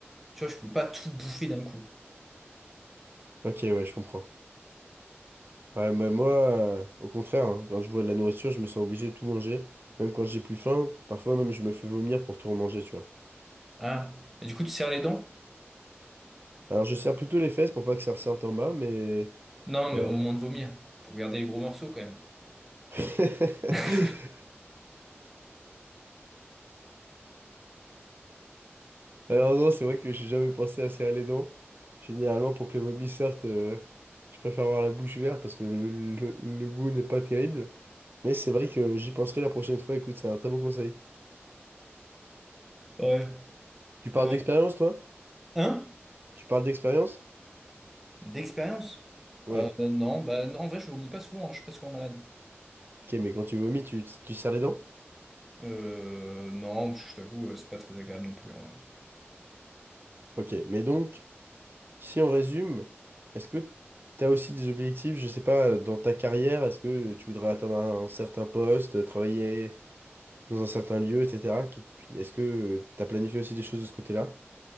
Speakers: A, in the centre; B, on the right (about 55°).
A: tu vois, je peux pas tout bouffer d'un coup,
B: Ok, ouais, je comprends. Ouais, bah, moi, euh, au contraire, hein, quand je vois de la nourriture, je me sens obligé de tout manger. Même quand j'ai plus faim, parfois même je me fais vomir pour tout remanger, tu vois.
A: hein, et du coup, tu serres les dents.
B: Alors je serre plutôt les fesses pour pas que ça ressorte en bas, mais
A: Non,
B: voilà.
A: mais au moment de vomir, pour regarder les gros morceaux quand même.
B: <laughs>
A: <laughs> Euh,
B: Alors non, c'est vrai que j'ai jamais pensé à serrer les dents. Généralement, pour que le vomi sorte, euh, je préfère avoir la bouche ouverte parce que le, le- le goût n'est pas terrible. Mais c'est vrai que j'y penserai la prochaine fois. Écoute, c'est un très bon conseil.
A: Ouais.
B: Tu parles
A: Euh,
B: d'expérience, toi?
A: hein?
B: Tu parles d'expérience?
A: D'expérience?
B: Ouais.
A: Euh, non, bah non, en vrai, je vomis pas souvent, hein, je suis pas souvent malade.
B: Ok, mais quand tu vomis, tu, tu serres les dents?
A: Euh, non, je t'avoue, euh, c'est pas très agréable non plus, en vrai.
B: Ok, mais donc, si on résume, est-ce que tu as aussi des objectifs, je sais pas, dans ta carrière? Est-ce que tu voudrais atteindre un certain poste, travailler dans un certain lieu, etc. qui- Est-ce que tu as planifié aussi des choses de ce côté-là?